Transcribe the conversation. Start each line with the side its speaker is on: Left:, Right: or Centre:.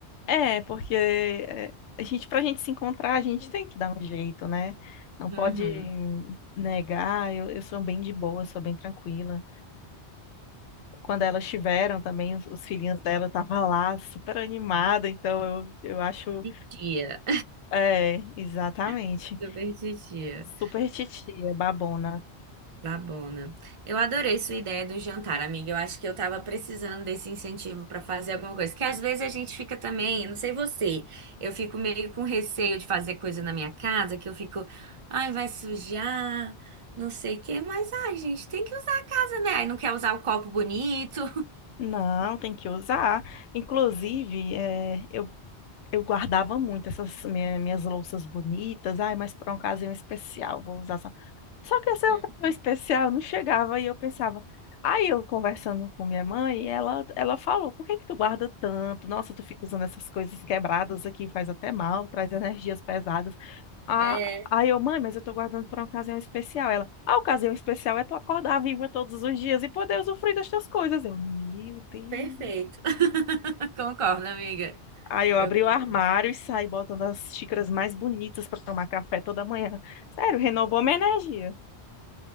Left: É, porque é, a gente, pra gente se encontrar, a gente tem que dar um jeito, né? Não pode
Right: Uhum.
Left: negar. Eu, eu sou bem de boa, sou bem tranquila. Quando elas tiveram também, os, os filhinhos dela eu tava lá, super animada. Então eu, eu acho.
Right: Titia.
Left: É, exatamente.
Right: <laughs> Super titia.
Left: Super titia, babona.
Right: Babona. Eu adorei sua ideia do jantar, amiga. Eu acho que eu tava precisando desse incentivo pra fazer alguma coisa. Que às vezes a gente fica também, eu não sei você, eu fico meio com receio de fazer coisa na minha casa, que eu fico, ai, vai sujar, não sei o quê, mas ai, gente, tem que usar a casa, né? Aí não quer usar o copo bonito.
Left: Não, tem que usar. Inclusive, é, eu, eu guardava muito essas minha- minhas louças bonitas. Ai, mas para uma ocasião especial, vou usar. Só que essa
Right: <laughs>
Left: ocasião especial não chegava e eu pensava. Aí eu conversando com minha mãe, ela, ela falou: por que que tu guarda tanto? Nossa, tu fica usando essas coisas quebradas aqui, faz até mal, traz energias pesadas. Ah,
Right: É,
Left: aí eu, mãe, mas eu tô guardando pra uma ocasião especial. Ela, a ocasião especial é tu acordar viva todos os dias e poder usufruir das tuas coisas. Eu, meu Deus.
Right: perfeito. <laughs> Concordo, amiga.
Left: Aí eu
Right: Eu
Left: abri
Right: concordo.
Left: o armário e saí botando as xícaras mais bonitas pra tomar café toda manhã. Sério, renovou minha energia.